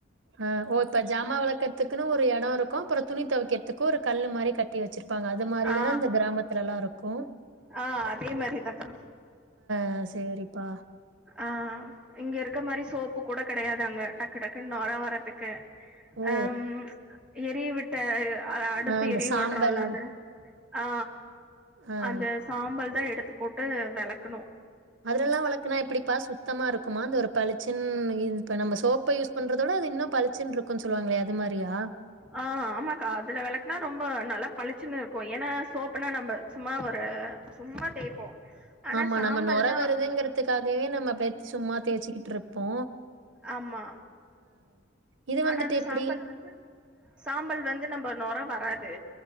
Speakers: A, on the right; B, in the centre.
A: ஆ ஓ இப்ப ஜாமா வெலக்கற்துக்குனு ஒரு எடொ இருக்கு அப்புறொ துணி தொவைக்கற்த்துக்கு ஒரு கல்லு மாரி கட் டி வச்சுருப்பாங்க அது மாரிதான
B: ஆ
A: இந்த கிராமத்துலல்லா இரு க்கு
B: ஆ அதே மாரிதாக்கா
A: ஆ சரிப்பா.
B: ஆ இங்க இருக்க மாரி சோப்பு கூட கடையாது அங்க டக்கு டக்குன் நொர வரத்துக்கு
A: ஓ!
B: அ அம் எரிய விட்ட அ அடுப்பு
A: ஆ அந்த
B: எரிய
A: சாம்பல்.
B: வுட்றோல்ல அதென ஆ
A: ஆ.
B: அந்த சாம்பல் தா எடு த்து போட்டு வெலக்கனு
A: அதுலல்லா வலக்குனா எப்பிடிப்பா சுத் தமா இருக்குமா அந்த ஒரு பளிச்சின் இ இப்ப நம்ப சோப்ப யூஸ் பண்றத விட அது இன்னு பளிச்சுன் இருக்குன் சொல்வாங்களே அது மாரியா?
B: ஆ ஆமாக்கா அதுல வெலக்குனா ரொம்ப ந ல்லா பளிச்சுன்னு இருக்கு ஏனா சோப்புனா நம்ப சும்மா ஒரு சும்மா தேய்ப்போ ஆனா
A: ஆமா
B: சாம்பல்னா
A: நம்ம நொர வருதுங்கிறத்துக்காகவே நம்ம பே சும்மா தேச்சுகிட்ருப்போ
B: ஆமா
A: இது
B: ஆனா
A: வந்துட்டு
B: அந்த
A: எப்டி
B: சாம்பல் வந்து சாம்பல் வந்து நம்ப நொர வராது